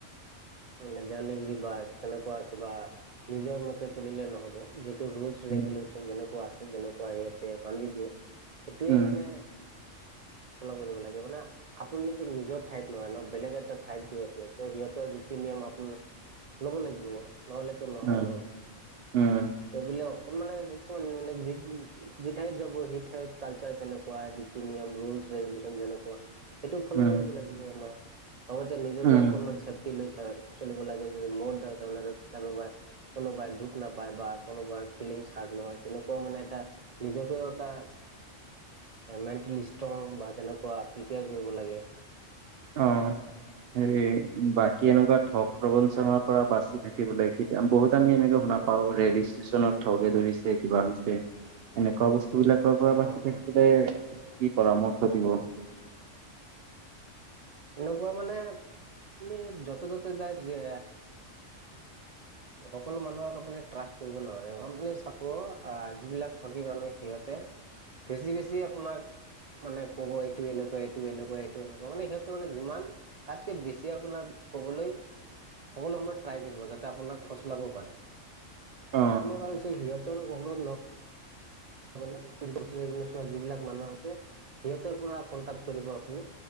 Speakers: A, on the right; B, on the right.
A: মানে <unintelligible> বা তেনেকুৱা কিবা নিজৰ মতে চলিলে নহ'ব। যে ৰুলছ,
B: উম
A: ৰেগুলেশন যেনেকুৱা আছে, যেনেকুৱা সিহঁতে বান্ধি দিয়ে, সেইটোয়ে
B: উম
A: মানে ফ'লো কৰিব লাগে মানে। আপুনিতো নিজৰ ঠাইত নহয় ন', বেলেগ এটা ঠাইত গৈ আছে, ত' সিহঁতৰ ৰীতি-নিয়ম আপোন ল'ব লাগিব নহ'লেতো নহয়
B: উম
A: ন'।
B: উম।
A: ত' বোলে অকমান মানে, <unintelligible> যি ঠাইত যাব, সেই ঠাইত কালচাৰ কেনেকুৱা। নীতি-নিয়ম, ৰুল-ৰেগুলেশচন যেনেকুৱা। সেইটো ফ'ল'
B: উম
A: কৰিব লাগিব আমাৰ। লগতে নিজকে
B: উম
A: অকণমান চেফ টি লৈ চাই চলিব লাগে, য মোৰ দাৰ কাৰণে কোনোবাই, কোনোবাই দুখ নাপায় বা কোনোবাৰ ফিলিংছ হাৰ্ট নহয়। তেনেকুৱা মানে এটা নিজকে এটা মেণ্টেলি ষ্ট্ৰং বা তেনেকুৱা প্ৰিপেয়াৰ কৰিব লাগে।
B: অ'। হেই বাকী এনেকুৱা ঠগ, প্ৰবঞ্চনাৰ পৰা বাচি থাকিবলৈ কেতিয়া বহুত আমি এনে শুনা পাওঁ, ৰেল
A: অ',
B: ষ্টেচনত থকে ধৰিছে, কিবা হৈছে এনেকুৱা বস্তু সেইবিলাকৰ পৰা
A: অ',
B: বাচি
A: অ',
B: থাকিবলে
A: অ'।
B: কি পৰামৰ্শ দিব।
A: তেনেকুৱা মানে আপুনি, যতে-ত'তে যায় যে। সকলো মানুহক আপুনি ট্ৰাষ্ট কৰিব নোৱাৰে। আপুনি চাব, আহ যিবিলাক ঠগি মানুহ সিহঁতে বেছি, বেছি আপোনাক মানে ক'ব। এইটো এনেকুৱা, এইটো এনেকুৱা, এইটো এনেকুৱা, মানে সিহঁতে মানে যিমান তাতকৈ বেছি আপোনাক কবলৈ সকলো সময়ত ট্ৰাই কৰিব। যাতে আপোনাক ফুচুলাব পাৰে,
B: অ
A: তোমাৰ হৈছে সিহঁতৰ <unintelligible> <unintelligible> যিবিলাক মানুহ আছে। সিহঁতৰ পৰা কনন্টাক কৰিব আপুনি